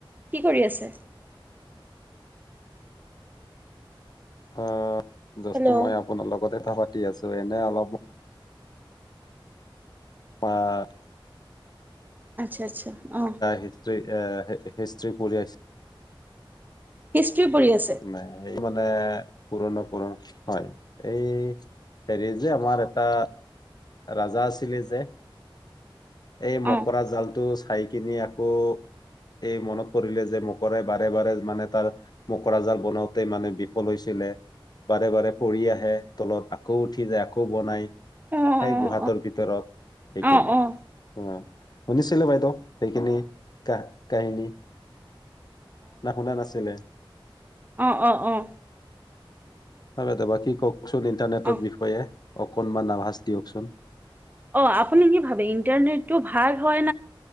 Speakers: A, on the right (about 20°); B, on the left (about 50°).
A: কি কৰি আছে?
B: অহহ যসু
A: হেল্ল'
B: মই আপোনাৰ লগতে কথা পাতি আছো। এনে অলপ অহ
A: আচ্ছা, আচ্ছা অঁহ।
B: হিষ্ট্ৰী এ, হিষ্ট্ৰ্ৰী পঢ়িইছে
A: হিষ্ট্ৰি পঢ়ি আছে?
B: নাই ইমান এ, পুৰণো পুৰণ, হয়। এই হেৰি যে আমাৰ এটা ৰাজা আছিলে যে এই মকৰা
A: অঁ
B: জাল টো চাই কিনি আকৌ, এই মনত পৰিলে যে মকৰাই বাৰে বাৰে মানে তাৰ মকৰা জাল বনাওঁতে মানে বিফল হৈছিলে। বাৰে বাৰে পৰি আহে তলত, আকৌ উঠি যায়, আকৌ বনায়
A: অঁ
B: সেই
A: অঁ
B: গুহাটোৰ ভিতৰত। সেইখিনি
A: অঁ অঁ অঁ
B: অ', শুনিছেনে বাইদেউ সেইখিনি কাহিনী? না শুনা নাছিলে?
A: অ অ অ।
B: বাকি কওঁক। কওঁকচোন ইণ্টাৰনেটৰ
A: অঁ
B: বিষয়ে? অকনমান আভাজ দিয়কচোন।
A: অ আপুনি কি ভাবে ইন্টাৰনেটতো ভাল হয়